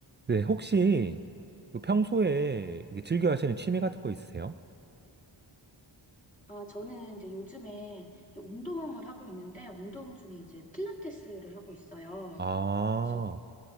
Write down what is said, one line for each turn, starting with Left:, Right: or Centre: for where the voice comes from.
Right: 네, 혹시 그 평소에 이게 즐겨 하시는 취미 같은 거 있으세요?
Left: 아, 저는 이제 요즘에 운동을 하고 있는데, 운동 중에 이제 필라테스를 하고 있어요.
Right: 아,
Left: 그래서